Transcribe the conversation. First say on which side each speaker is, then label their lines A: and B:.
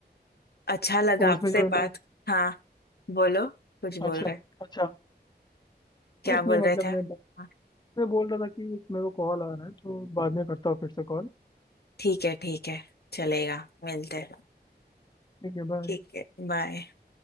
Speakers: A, on the left; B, on the left.
A: अच्छा लगा
B: और उसमें
A: आपसे
B: जो है ना
A: बात हाँ बोलो कुछ
B: अच्छा
A: बोल रहे
B: अच्छा
A: क्या
B: कुछ
A: बोल
B: नहीं मतलब
A: रहे थे हाँ
B: मैं मैं बोल रहा था कि एक मेरे को कॉल आ रहा है तो बाद में करता हूँ फिर से कॉल
A: ठीक है ठीक है चलेगा मिलते हैं
B: ठीक है बाय
A: ठीक है बाय